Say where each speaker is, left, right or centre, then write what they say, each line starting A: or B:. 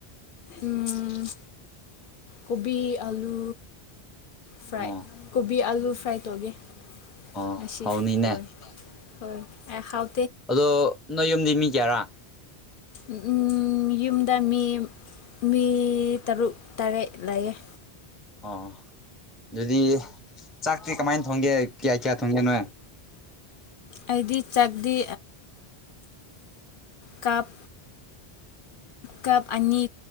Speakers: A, on the left (about 60°); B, in the centre.
A: ꯎ ꯀꯣꯕꯤꯤ ꯑꯂꯨ ꯐ꯭ꯔꯥꯏ
B: ꯑꯣ
A: ꯀꯣꯕꯤ ꯑꯂꯨ ꯐ꯭ꯔꯥꯏ ꯇꯧꯒꯦ
B: ꯑ
A: ꯉꯁꯤ
B: ꯍꯥꯎꯅꯤꯅꯦ
A: ꯍꯣꯏ ꯍꯣꯏ ꯍꯥꯎ
B: ꯑꯗꯣ ꯅꯣꯏ ꯌꯨꯝꯗꯤ ꯃꯤ ꯀꯦꯌꯥꯔꯥ
A: ꯎ ꯎꯝ ꯌꯨꯝꯗ ꯃꯤ ꯃꯤ ꯇꯔꯨꯛ ꯇꯔꯦꯠ ꯂꯩꯌꯦꯦ
B: ꯑꯣ ꯑꯗꯨꯗꯤ ꯆꯥꯛꯇꯤ ꯀꯃꯥꯏꯅ ꯊꯣꯡꯒꯦ ꯀꯌꯥ ꯀꯌꯥ ꯊꯣꯡꯒꯦꯅꯣꯏ
A: ꯑꯩꯗꯤ ꯆꯥꯛꯗꯤ ꯀꯥꯞ ꯀꯞ ꯑꯅꯤ